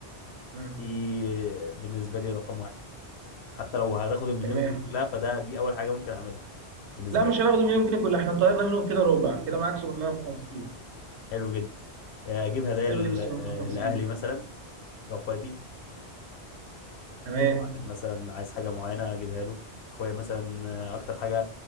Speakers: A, on the right; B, on the left.
A: مم.
B: دي بالنسبة لي رقم واحد حتى لو هتاخد المليون
A: تمام
B: جنيه كلها فده دي أول حاجة ممكن أعملها بالنسبة
A: لا
B: لي
A: مش هناخد مليون جنيه كلها احنا طيرنا منهم كده ربع كده معاك 750
B: حلو جدا آه، أجيب هدايا
A: هتعمل
B: ل-
A: ايه بال 750
B: آه، لأهلي مثلا لأخواتي
A: تمام
B: كل واحد مثلا عايز حاجة معينة أجيبها له أخويا مثلا آه، أكتر حاجة